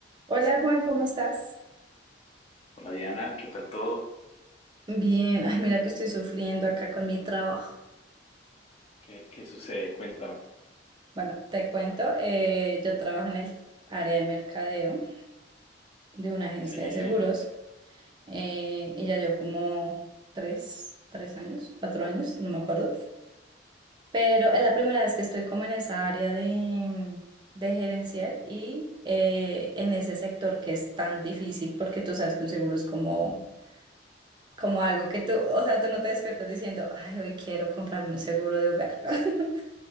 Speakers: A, on the right; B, on the left.
A: Hola Juan, ¿cómo estás?
B: Hola Diana, ¿qué tal todo?
A: Bien, ay, mira que estoy sufriendo acá con mi trabajo.
B: ¿Qué, qué sucede? Cuéntame.
A: Bueno, te cuento, eh, yo trabajo en el área de mercadeo de una agencia
B: Sí,
A: de seguros eh, y ya llevo como tres, tres años, cuatro años, no me acuerdo. Pero es la primera vez que estoy como en esa área de, de gerencial y eh, en ese sector que es tan difícil porque tú sabes que un seguro es como como algo que tú, o sea, tú no te despiertas diciendo, ay, hoy quiero comprarme un seguro de hogar. <laughs>